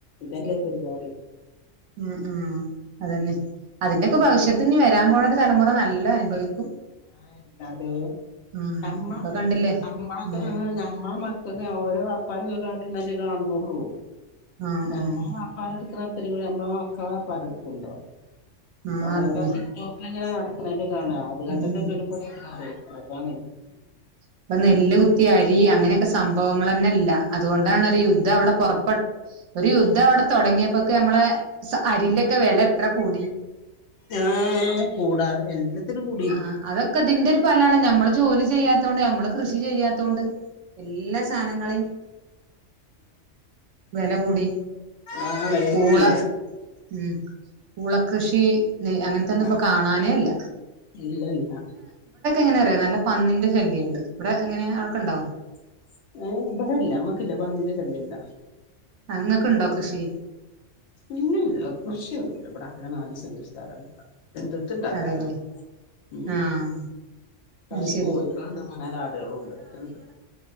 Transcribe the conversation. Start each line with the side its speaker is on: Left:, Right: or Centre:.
Left: ഇതെല്ലക്കെ ഒരുപാട്
Right: ഉം ഉം അതന്നെ അതിന്റെ ഒക്കെ ഭവിഷ്യത്ത് ഇഞ്ഞി വരാൻ പോണൊരു തലമുറ നല്ല അനുഭവിക്കും
Left: ആഹ് എന്താത
Right: ഉം
Left: ഞമ്മ
Right: ഇപ്പൊ കണ്ടില്ലേ
Left: അമ്മ
Right: ഉം
Left: ആഹ് ഞമ്മ മക്കൾക്ക് ഓരോ വപ്പാർക്കെ കാട്ട്ണ കാണണൊള്ളു
Right: ആഹ്
Left: നമ്മളെ
Right: ആഹ്
Left: വാപാരിട്ക്ക്ണ ത്രിംകൂടി നമ്മെ മക്കള് <unintelligible>
Right: ആഹ് അതന്നെ
Left: <unintelligible> നടക്ക്ണേ കാണ ആത് കണ്ട
Right: ഉം ഉം
Left: പേരും പ അതാണ
Right: ഇപ്പ നെല്ല് കുത്തി അരി അങ്ങനെ സംഭവങ്ങൾ തന്നെ ഇല്ല അതുകൊണ്ടാണ് ഒരു യുദ്ധം അവിടെ പുറപ്പെ ഒരു യുദ്ധം അവിടെ തുടങ്ങിയപ്പോക്കെ നമ്മളെ അരിന്റെക്കെ വില എത്ര കൂടി
Left: ആഹ് കൂടാതെ എല്ലാത്തിലും കൂ
Right: ആ അതൊക്കെതിന്റെ ഒരു ഫലാണ് നമ്മള് ജോലി ചെയ്യാത്തോണ്ട് നമ്മള് കൃഷി ചെയ്യാത്തൊണ്ട് എല്ലാ സാധനങ്ങളെയും വെല കൂടി
Left: ആ വില
Right: പൂള
Left: കൂടി
Right: ഉം പൂളക്കൃഷി അങ്ങനത്ത ഒന്നും
Left: ആഹ്
Right: ഇപ്പോ കാണാനേല്ല
Left: ഇല്ല ഇല്ല
Right: അങ്ങനെ അറിയ നല്ല പന്നിന്റെ ശല്യംണ്ട് ഇവിടെ എങ്ങനെയെ അവിടെക്കെണ്ടോ
Left: <unintelligible> ബടെല്ല മ്മക്ക്ല്ല പന്നിന്റെ ശല്യല്ല.
Right: ആ ഇങ്ങക്ക്ണ്ടോ കൃഷി?
Left: ഇല്ലല്ല കൃഷിയൊന്നുംല്ല ഇബടെ ആകെ നാല് സെന്റ് <unintelligible> എന്തത്ത്ണ്ടാക്കാനാ
Right: അതെല്ലേ
Left: ഉ.
Right: ആഹ്
Left: കൊറച്ച്
Right: അത് ശരി
Left: കോഴിക്കളണ്ട് മൂന്നാല് ആടളുംണ്ട്. <unintelligible>